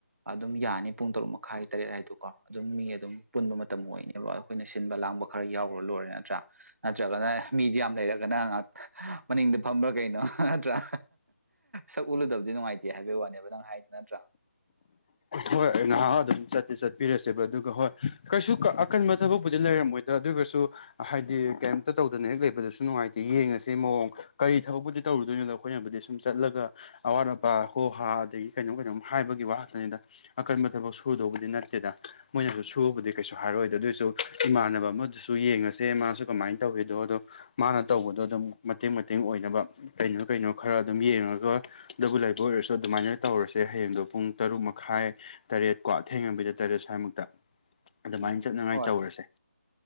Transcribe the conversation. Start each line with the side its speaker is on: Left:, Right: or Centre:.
Right: ꯑꯗꯨꯝ ꯌꯥꯅꯤ ꯄꯨꯡ ꯇꯔꯨꯛ ꯃꯈꯥꯏ ꯇꯔꯦꯠ ꯍꯥꯏꯗꯀꯣ ꯑꯗꯨꯝ ꯃꯤ ꯑꯗꯨꯝ ꯄꯨꯟꯕ ꯃꯇꯝ ꯑꯣꯏꯅꯦꯕ ꯑꯩꯈꯣꯏꯅ ꯁꯤꯟꯕ ꯂꯥꯡꯕ ꯈꯔ ꯌꯥꯎꯈꯨꯔ ꯂꯣꯏꯔꯦ ꯅꯠꯇ꯭ꯔꯥ ꯅꯠꯇ꯭ꯔꯒꯅ ꯃꯤꯗꯤ ꯌꯥꯝ ꯂꯩꯔꯒꯅ ꯉꯥꯛ ꯃꯅꯤꯡꯗ ꯐꯝꯕ꯭ꯔꯥ ꯀꯩꯅꯣ ꯅꯠꯇ꯭ꯔꯥ ꯁꯛ ꯎꯂꯨꯗꯕꯗꯤ ꯅꯨꯡꯉꯥꯏꯇꯦ ꯍꯥꯏꯕꯒꯤ ꯋꯥꯅꯦꯕ ꯅꯪ ꯍꯥꯏꯗ ꯅꯠꯇ꯭ꯔꯥ
Left: ꯍꯣꯏ ꯉꯍꯥꯛ ꯑꯗꯨꯝ ꯆꯠꯇꯤ ꯆꯠꯄꯤꯔꯁꯦꯕ ꯑꯗꯨꯒ ꯍꯣꯏ ꯀꯩꯁꯨ ꯑꯀꯟꯕ ꯊꯕꯛꯄꯨꯗꯤ ꯂꯩꯔꯝꯃꯣꯏꯗ ꯑꯗꯨꯁꯨ ꯍꯥꯏꯗꯤ ꯀꯩꯝꯇ ꯇꯧꯗꯅ ꯍꯦꯛ ꯂꯩꯕꯗꯁꯨ ꯅꯨꯡꯉꯥꯏꯇꯦ ꯌꯦꯡꯉꯁꯤ ꯃꯑꯣꯡ ꯀꯔꯤ ꯊꯕꯛꯄꯨꯗꯤ ꯇꯧꯔꯨꯗꯣꯏꯅꯣꯗꯣ ꯑꯩꯈꯣꯏꯅꯕꯨꯗꯤ ꯁꯨꯝ ꯆꯠꯂꯒ ꯑꯋꯥꯠ ꯑꯄꯥ ꯍꯣ ꯍꯥ ꯑꯗꯒꯤ ꯀꯩꯅꯣꯝ ꯀꯩꯅꯣꯝ ꯍꯥꯏꯕꯒꯤ ꯋꯥ ꯗ ꯑꯀꯟꯕ ꯊꯕꯛ ꯁꯨꯗꯧꯕꯗꯤ ꯅꯠꯇꯦꯗ ꯃꯣꯏꯅꯁꯨ ꯁꯨꯕꯕꯨꯗꯤ ꯀꯩꯁꯨ ꯍꯥꯏꯔꯣꯏꯗ ꯑꯗꯨ ꯑꯣꯏꯁ ꯁꯨ ꯏꯃꯥꯟꯅꯕ ꯑꯃꯗꯨꯁꯨ ꯌꯦꯡꯉꯁꯦ ꯃꯥꯁꯨ ꯀꯃꯥꯏꯅ ꯇꯧꯏꯗꯣ ꯑꯗꯣ ꯃꯥꯅ ꯇꯧꯕꯗꯣ ꯑꯗꯨꯝ ꯃꯇꯦꯡ ꯃꯇꯦꯡ ꯑꯣꯏꯅꯕ ꯀꯩꯅꯣ ꯀꯩꯅꯣ ꯈꯔ ꯑꯗꯨꯝ ꯌꯦꯡꯉꯒ ꯑꯗꯨꯕꯨ ꯂꯩꯕ ꯑꯣꯏꯔꯁꯨ ꯑꯗꯨꯃꯥꯏꯅ ꯇꯧꯔꯁꯦ ꯍꯌꯦꯡꯗꯣ ꯄꯨꯡ ꯇꯔꯨꯛ ꯃꯈꯥꯏ ꯇꯔꯦꯠꯀꯣ ꯊꯦꯡꯡꯂꯕꯤꯩꯗ ꯇꯔꯦꯠ ꯁ꯭ꯋꯥꯏꯃꯛꯇ ꯑꯗꯨꯃꯥꯏꯅ
Right: ꯎꯝ
Left: ꯆꯠꯅꯉꯥꯏ
Right: ꯍꯣꯏ
Left: ꯇꯧꯔꯁꯦ